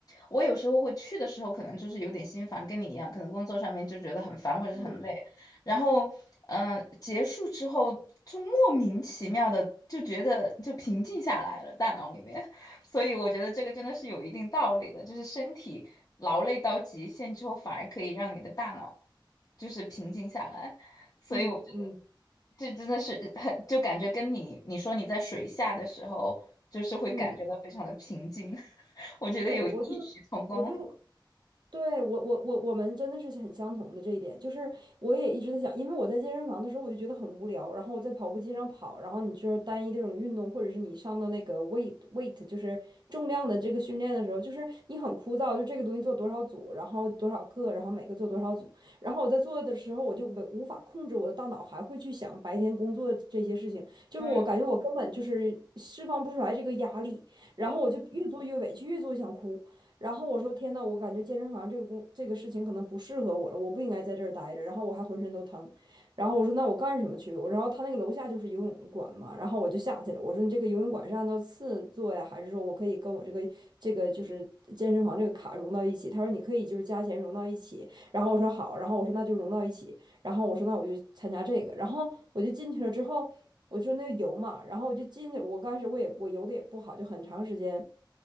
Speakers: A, on the left (about 45°); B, on the right (about 60°).
A: 我有时候会去的时候，可能就是有点心烦，跟你一样，可能工作上面就觉得很烦或者是很累，
B: 嗯
A: 然后嗯、呃结束之后就莫名其妙的就觉得就平静下来了，大脑里面。所以我觉得这个真的是有一定道理的，就是身体劳累到极限之后，反而可以让你的大脑就是平静下来。所以我觉得
B: 嗯嗯
A: 这真的是很，就感觉跟你你说你在水下的时候，就是会感觉到非常的平静，
B: 嗯，
A: <laughs> 我觉得有异曲同工。
B: 对，我就我就。对，我我我我们真的是很相同的这一点，就是我也一直在想，因为我在健身房的时候我就觉得很无聊，然后我在跑步机上跑，然后你就是单一的这种运动，或者是你上到那个 weight weight 就是重量的这个训练的时候，就是你很枯燥，就这个东西做多少组，然后多少个，然后每个做多少组，然后我在做的时候我就没无法控制我的大脑还会去想白天工作的这些事情，就是我感觉我根本就是释放不出来这个压力，
A: 嗯，
B: 然后我就越做越委屈，
A: 对，
B: 越做越想哭。然后我说天呐，我感觉健身房这个工这个事情可能不适合我了，我不应该在这儿待着。然后我还浑身都疼，然后我说那我干什么去？我然后他那个楼下就是游泳馆嘛，然后我就下去了。我说你这个游泳馆是按照次做呀，还是说我可以跟我这个这个就是健身房这个卡融到一起？他说你可以就是加钱融到一起。然后我说好，然后我说那就融到一起。然后我说那我就参加这个，然后我就进去了之后，我说那个游嘛，然后我就进去，我刚开始我也我游的也不好，就很长时间